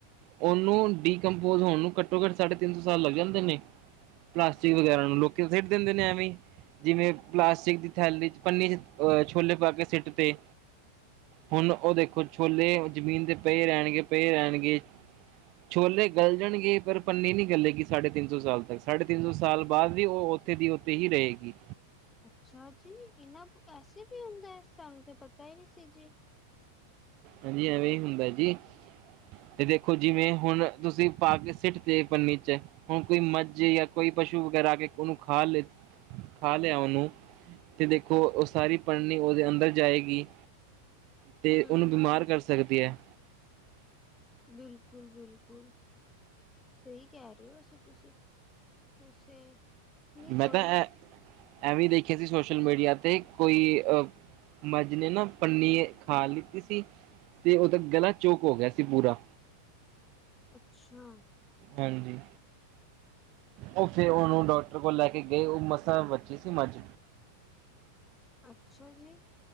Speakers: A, on the right; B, on the left.
A: ਉਹਨੂੰ ਡੀਕਪੋਜ ਹੋਣ ਨੂੰ, ਘੱਟੋ ਘੱਟ ਸਾਢੇ ਤਿੰਨ ਸੋ ਸਾਲ ਲੱਗ ਜਾਂਦੇ ਨੇ। ਪਲਾਸਟਿਕ ਵਗੈਰਾ ਨੂੰ ਲੋਕੀ ਖੇਡ ਦਿੰਦੇ ਨੇ ਐਵੇਂ ਜਿਵੇਂ ਪਲਾਸਟਿਕ ਦੀ ਥੈਲੀ ਚ ਪੰਨੀ ਚ ਅਹ ਛੋਲੇ ਪਾ ਕੇ ਸਿੱਟ ਤੇ ਹੁਣ ਉਹ ਦੇਖੋ ਛੋਲੇ ਜ਼ਮੀਨ ਤੇ ਪਏ ਰਹਿਣਗੇ ਪਏ ਰਹਿਣਗੇ। ਛੋਲੇ ਗਲ ਜਾਣਗੇ ਪਰ ਪੰਨੀ ਨੀ ਗੱਲੇਗੀ ਸਾਢੇ ਤਿੰਨ ਸੌ ਸਾਲ ਤੱਕ ਸਾਢੇ ਤਿੰਨ ਸੌ ਸਾਲ ਬਾਅਦ ਵੀ ਉਹ ਉੱਥੇ ਦੀ ਉੱਥੇ ਹੀ ਰਹੇਗੀ।
B: ਅੱਛਾ ਜੀ ਇਹਨਾਂ ਐਸੇ ਵੀ ਹੁੰਦਾ ਹੈ ਸਾਨੂੰ ਤੇ ਪਤਾ ਹੀ ਨਹੀਂ ਸੀ ਜੀ।
A: ਹਾਂਜੀ ਐਵੇਂ ਹੀ ਹੁੰਦਾ ਜੀ ਤੇ ਦੇਖੋ ਜਿਵੇਂ ਹੁਣ ਤੁਸੀਂ ਪਾ ਕੇ ਸਿੱਟ ਤੇ ਪੰਨੀ ਚ ਹੁਣ ਕੋਈ ਮੱਝੇ ਜਾਂ ਕੋਈ ਪਸ਼ੂ ਵਗੈਰਾ ਆ ਕੇ। ਉਹਨੂੰ ਖਾ ਲ ਖਾ ਲਿਆ ਉਹਨੂੰ ਤੇ ਦੇਖੋ ਉਹ ਸਾਰੀ ਪੜ੍ਹਨੀ ਉਹਦੇ ਅੰਦਰ ਜਾਏਗੀ। ਅਤੇ
B: ਹੂੰ,
A: ਉਹਨੂੰ ਬਿਮਾਰ ਕਰ ਸਕਦੀ ਹੈ।
B: ਬਿਲਕੁਲ ਬਿਲਕੁਲ। ਸਹੀ ਕਹਿ ਰਹੇ ਹੋ ਵੈਸੇ ਤੁਸੀਂ ਵੈਸੇ ਨਹੀਂ ਕੋਈ
A: ਮੈਂ ਤਾਂ
B: ਨਹੀਂ
A: ਐ ਐਵੇਂ ਦੇਖਿਆ ਸੀ ਸੋਸ਼ਲ ਮੀਡੀਆ ਤੇ ਕੋਈ ਅ ਮੱਝ ਨੇ ਨਾ ਪੰਨੀ ਖਾ ਲਿੱਤੀ ਸੀ ਤੇ ਉਹਦਾ ਗਲਾ ਚੋਕ ਹੋ ਗਿਆ ਸੀ ਪੂਰਾ।
B: ਅੱਛਾ।
A: ਹਾਂਜੀ। ਉਹ ਫੇਿਰ ਉਹਨੂੰ ਡਾਕਟਰ ਕੋਲ ਲੈ ਕੇ ਗਏ ਉਹ ਮਸਾਂ ਬਚੇ ਸੀ ਮੱਝ।
B: ਅੱਛਾ ਜੀ।